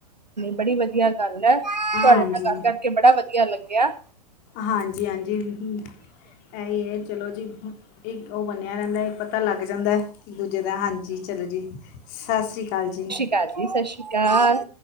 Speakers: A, on the right; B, on the left.
A: ਬੜੀ ਵਧੀਆ ਗੱਲ ਆ, ਤੁਹਾਡੇ
B: ਹਾਂਜੀ
A: ਨਾਲ ਗੱਲ ਕਰਕੇ, ਬੜਾ ਵਧੀਆ ਲੱਗਿਆ
B: ਹਾਂਜੀ- ਹਾਂਜੀ ਇਹ ਹੀ ਹੈ ਜੀ, ਚਲੋ ਜੀ ਇੱਕ ਉਹ ਬਣਿਆ ਰਹਿੰਦਾ ਪਤਾ ਲੱਗ ਜਾਂਦਾ, ਇੱਕ ਦੂਜੇ ਦਾ ਹਾਂਜੀ, ਚਲੋ ਜੀ ਸਤਿ ਸ਼੍ਰੀ ਅਕਾਲ ਜੀ।
A: ਕਰ, ਸਤਿ ਸ਼੍ਰੀ ਅਕਾਲ।